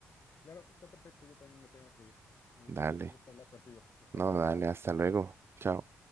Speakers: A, on the left; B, on the right.
A: Claro, está perfecto, yo también me tengo que ir. Me
B: Dale,
A: dio mucho gusto hablar contigo. Hasta
B: no,
A: luego.
B: dale, hasta luego. Chao.